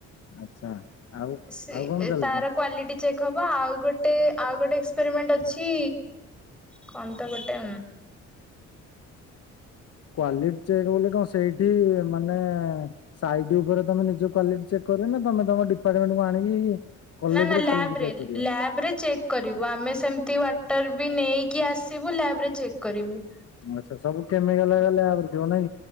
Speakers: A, on the left (about 55°); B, in the centre.
A: ଆଚ୍ଛା। ଆଉ
B: ସେ
A: ଆଉ କଣ ଚାଲିଛି?
B: ତାର କ୍ଵାଲିଟି ଚେକ୍ ହବ ଆଉ ଗୋଟେ ଆଉ ଗୋଟେ ଏକ୍ସପେରିମେଣ୍ଟ ଅଛି। କଣନ୍ତ ଗୋଟେ
A: କ୍ଵାଲିଟି ଚେକ୍ ବୋଲି କଣ ସେଇଟି ମାନେ ସାଇଟ୍ ଉପରେ ତମେ ନିଜ କ୍ୟୁଲିଟି ଚେକ୍ କରିବ ନା ତମେ ତମ ଡିପାର୍ଟମେଣ୍ଟକୁ ଆଣିକି କଲେଜରେ
B: ନା ନା ଲ୍ୟାବ୍ରେରେ
A: କ୍ୱାଲିଟି ଚେକ୍ କରିବ?
B: ଲ୍ୟାବ୍ରେରେ ଚେ କରିବୁ ଆମେ ସେମିତି ୱାଟର ବି ନେଇକି ଆସିବୁ ଲ୍ୟାବ୍ରେରେ ଚେକ୍ କରିବୁ।
A: ଆଚ୍ଛା ସବୁ କେମିକାଲ୍ ହୋଇଗଲେ ଆଉ ଯଣେ